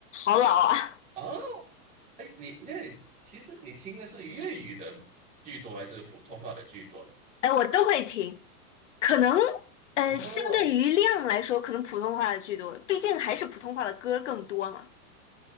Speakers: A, on the left; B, on the right.
A: 好老啊，
B: 哦，哎，你那你其实你听的是粤语的居多，还是普通话的居多？
A: 哎，我都会听，可能呃，
B: 哦，
A: 相对于量来说，可能普通话的居多，毕竟还是普通话的歌更多嘛。